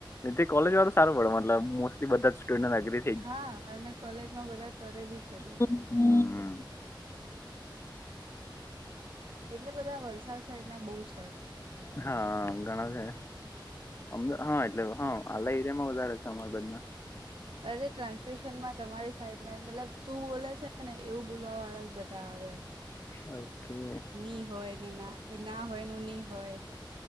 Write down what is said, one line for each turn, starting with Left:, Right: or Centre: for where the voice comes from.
Left: જ કોલેજ વાળું સારું પડે મતલબ મોસ્ટલી બધા જ સ્ટુડન્ટ એગ્રી
Right: હા અને કોલેજમાં બધા કરે બી ખરી
Left: <unintelligible>
Right: એટલે બધા વલસાડ સાહેડ ના બહુ જ છે.
Left: હા ઘણા છે. અમદા હા એટલે હા આલા એરિયા માં વધારે છે. <unintelligible>
Right: અરે ટ્રાન્સલેશન માં તમારી સાઈડ ના મતલબ તું બોલે છે ને એવું બોલવા વાળા જ બધા આવેય
Left: <unintelligible>
Right: ની હોય ને ના ના હોય નુ ની હોય.